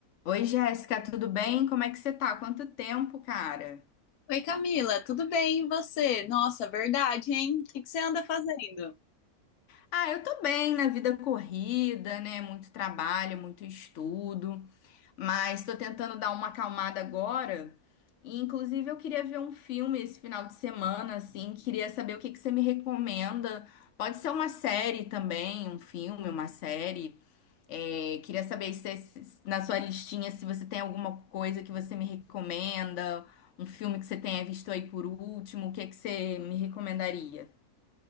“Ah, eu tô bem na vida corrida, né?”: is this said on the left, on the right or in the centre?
Left